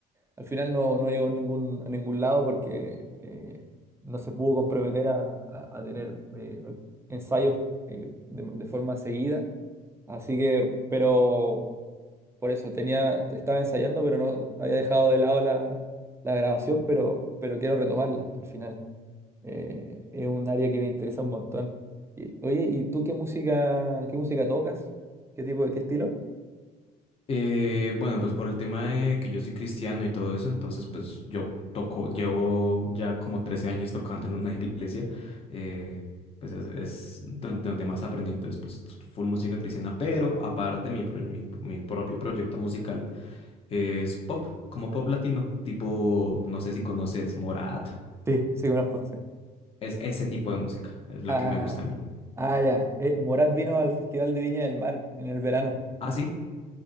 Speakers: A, on the right; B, on the left.
A: al final no, no llegó a ningún, a ningún lado porque eh, no se pudo comprometer a, a- a tener eh, ensayos eh, de de forma seguida. Así que, pero por eso tenía, estaba ensayando, pero no había dejado de lado la, la grabación, pero, pero quiero retomarla al final. Eh, es un área que me interesa un montón. Y, oye, ¿y tú qué música, qué música tocas? ¿Qué tipo de, qué estilo?
B: Eh, bueno, pues por el tema de que yo soy cristiano y todo eso, entonces pues yo toco, llevo ya como 13 años tocando en una iglesia, eh, pues es, es don- donde más aprendí, entonces pues full música cristiana, pero aparte mi, pro- mi, mi propio proyecto musical es pop, como pop latino, tipo, no sé si conoces Morat,
A: Sí, sí conozco, sí.
B: es ese tipo de música, es la
A: Ah,
B: que me gusta a mí.
A: ah, ya. Eh, Morat vino al Festival de Viña del Mar en el verano.
B: ¿Así?